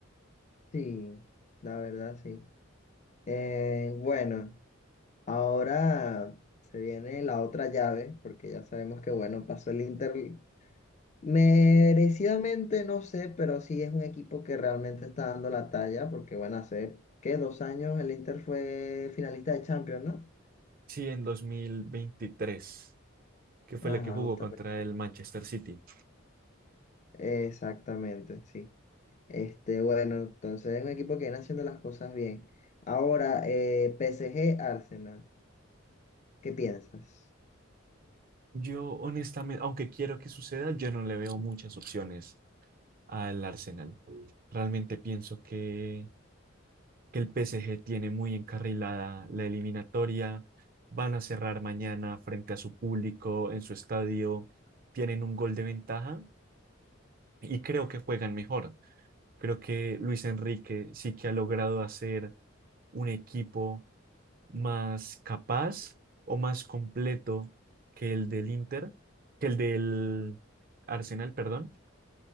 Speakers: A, on the left; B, on the right.
A: Sí, la verdad, sí. Eh, bueno, ahora se viene la otra llave, porque ya sabemos que, bueno, pasó el Inter Merecidamente no sé, pero sí es un equipo que realmente está dando la talla, porque bueno, hace, ¿qué? Dos años el Inter fue finalista de Champions, ¿no?
B: Sí, en dos mil veintitrés que fue
A: Ajá,
B: la que jugó
A: justamente.
B: contra el Manchester City.
A: Exactamente, sí. Este, bueno, entonces es un equipo que viene haciendo las cosas bien. Ahora, eh, PSG Arsenal, ¿qué piensas?
B: Yo honestamente, aunque quiero que suceda, yo no le veo muchas opciones al Arsenal. Realmente pienso que, que el PSG tiene muy encarrilada la eliminatoria. Van a cerrar mañana frente a su público en su estadio. Tienen un gol de ventaja y creo que juegan mejor. Creo que Luis Enrique sí que ha logrado hacer un equipo más capaz o más completo que el del Inter, que el del Arsenal, perdón.